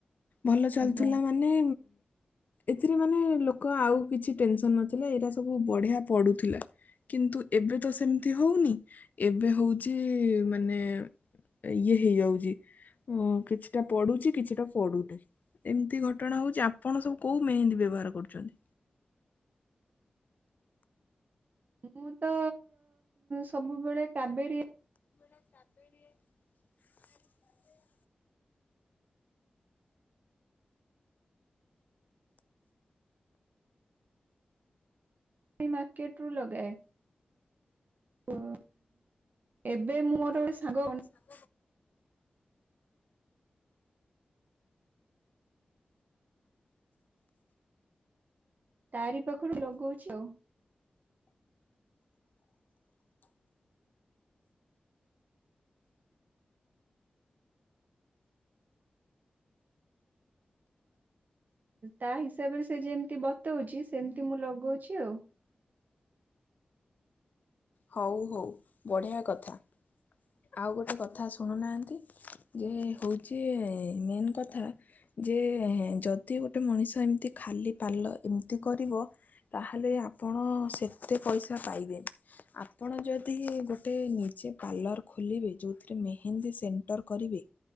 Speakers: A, on the left; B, on the right.
A: ଭଲ ଚାଲୁଥିଲା
B: ଆଜ୍ଞା
A: ମାନେ ଏଥିରେ ମାନେ ଲୋକ ଆଉ କିଛି ଟେନସନ ନଥିଲେ ଏଇଟା ସବୁ ବଢିଆ ପଡୁଥିଲା। କିନ୍ତୁ ଏବେ ତ ସେମିତି ହଉନି ଏବେ ହଉଚି ମାନେ ଇଏ ହେଇଯାଉଛି କିଛି ହଁ କିଛି କିଛିଟା ପଡୁଛି କିଛିଟା ପଡୁନାହିଁ ଏମିତି ଘଟଣା ହଉଛି ଆପଣ ସବୁ କୋଉ ମେହେନ୍ଦୀ ବ୍ୟବହାର କରୁଛନ୍ତି?
B: ମୁଁ ତ ସବୁବେଳେ କାବେରୀ
A: କାବେରୀ
B: ମାର୍କେଟ ରୁ ଲଗାଏ। ଓ ଏବେ ମୁଁ ମୋର
A: <unintelligible>
B: ସାଙ୍ଗ ତାରି ପାଖରୁ ଲଗଉଛି ଆଉ ତା ହିସାବରେ ସେ ଯେମତି ବତଉଛି ସେମତି ମୁଁ ଲଗଉଛି ଆଉ।
A: ହଉ ହଉ ବଢ଼ିଆ କଥା। ଆଉ ଗୋଟେ କଥା ଶୁଣୁନାହାନ୍ତି ଯେ ହଉଛି ମେନ୍ କଥା ଯେ ଯଦି ଗୋଟେ ମଣିଷ ଏମିତି ଖାଲି ପାଲ ଏମିତି କରିବ। ତାହେଲେ ଆପଣ ସେଥିରେ ପଇସା ପାଇବେନି। ଆପଣ ଯଦି ଗୋଟେ ନିଜେ ପାର୍ଲର ଖୋଲିବେ ଯଉଥିରେ ମେହେନ୍ଦୀ ସେଣ୍ଟର କରିବେ।